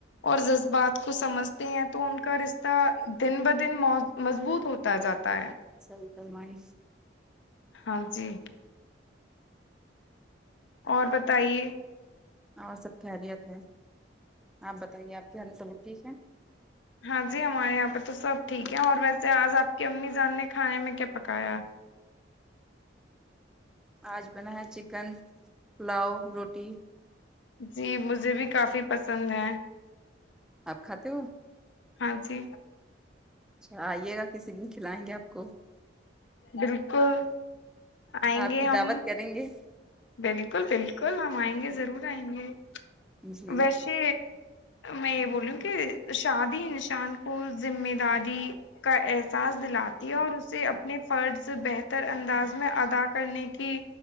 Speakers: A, on the left; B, in the centre.
A: اور جذبات کو سمجھتے ہیں تو ان کا رشتہ دن ب دن مو مضبوط ہوتا جاتا ہے
B: سر کرماری
A: ہاں جی اور بتائیے
B: اور سب خیریت ہے آپ بتائیے آپ کے گھر سلک ٹھیک ہے
A: ہاں جی ہمارے یہاں پہ تو سب ٹھیک ہے اور ویسے آج آپ کی امی جان نے کھانے میں کیا پکایا
B: آج بنا ہے چکن پلاؤ روٹی
A: جی مجھے بھی کافی پسند ہے
B: آپ کھاتے ہو
A: ہاں جی
B: اچھا آئیے گا کسی دن کھلائیں گے آپ کو
A: بالکل آئیں
B: آپ
A: گے
B: کی
A: ہم
B: دعوت کریں گے
A: بالکل بالکل ہم آئیں گے ضرور آئیں گے
B: جی
A: ویسے میں یہ بولوں کہ شادی انسان کو ذمہ داری کا احساس دلاتی ہے اور اسے اپنے فرض بہتر انداز میں ادا کرنے کی